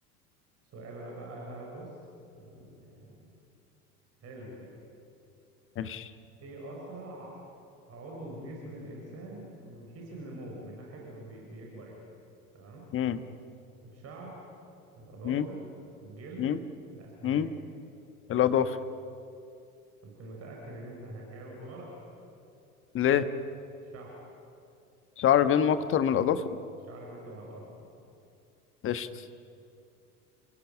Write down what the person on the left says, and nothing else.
ماشي
مم.
مم.
مم.
مم. الأضافة
ليه
شعر بينمو أكتر من الأظافر
قشطة